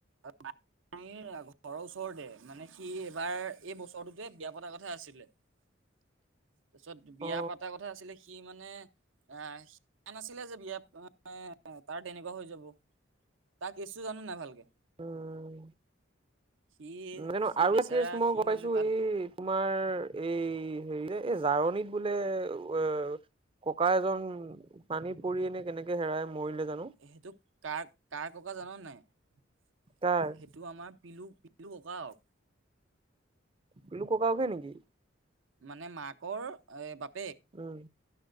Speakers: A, on the right (about 80°); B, on the right (about 30°).
A: অ ম ঘৰৰ ওচৰতে মানে সি এইবাৰ এই বছৰটোতে বিয়া পতা কথা আছিলে। তাৰ পিছত বিয়া
B: অ অ
A: পাতা কথা আছিলে সি। মানে আহ স নাছিলে যে বিয়াত তাৰ তেনেকুৱা হৈ যাব। তাক কেছটো জানো নে নাই ভালকে।
B: উম,
A: সি।
B: জানো
A: সি
B: আৰু
A: বেচেৰা
B: এ কেচ মই
A: সি
B: গ পাইছো
A: মানে তাত
B: এই তোমাৰ এই হেৰি যে এই জাৰনীত বোলে অ। ককা এজন টানি পৰি এনে কেনেকে হেৰাই মৰিলে। জানো
A: সেইটো কাৰ কাৰ ককা জানো নে নাই
B: কাৰ
A: সেইটো আমাৰ। পিলু পিলু ওকায়ক।
B: পিলু ককাকহে নেকি
A: মানে মাকৰ এ বাপ
B: উম।